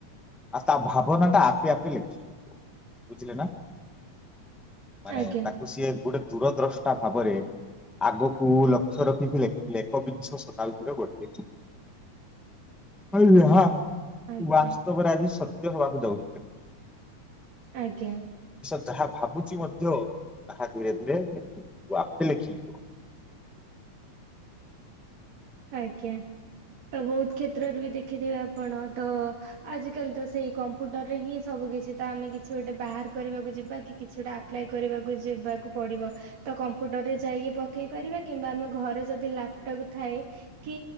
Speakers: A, in the centre; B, on the right.
A: ଆଉ ତା ଭାବନା ଟା ଆପେ ଆପେ ଲେଖିବ। ବୁଝିଲେନା। ମାନେ
B: ଆଜ୍ଞା
A: ତାକୁ ସିଏ ଗୋଟେ, ଦୂରଦ୍ରଷ୍ଟା ଭାବରେ ଆଗକୁ ଲକ୍ଷ୍ୟ ରଖିକି ଲେଖିକି ଲେ ଏକବିଂଶ ଶତାବ୍ଦୀର ଗୋଟିଏ ଚି, <unintelligible>
B: ଆଜ୍ଞା
A: ବାସ୍ତବରେ ଆଜି ସତ୍, ତ୍ୟ ହେବାକୁ ଯାଉଚି ଦେ,
B: ଆଜ୍ଞା।
A: ଯାହା ଭାବୁଛି ମଧ୍ୟ ତାହା ଧୀରେ ଧୀରେ ଲେଖିବା ଆପେ ଲେଖିବ।
B: ଆଜ୍ଞା, ତ ବହୁତ କ୍ଷେତ୍ରରେ ବି ଦେଖିଥିବେ ଆପଣ ତ, ଆଜିକାଲି ତ ସେଇ କମ୍ପୁଟରରେ ହିଁ ସବୁ କିଛି ତ ଆମେ କିଛି ଗୋଟେ ବାହାର କରିବାକୁ ଯିବା କି କିଛି ଟା ଆପ୍ଲାଏ କରିବାକୁ ଯିବାକୁ ପଡିବ, ତ କମ୍ପୁଟର ରେ ଯାଇକି ପକେଇ ପାରିବା କିମ୍ବା ଆମ ଘରେ ଯଦି ଲାପଟପ୍ ଥାଏ, କି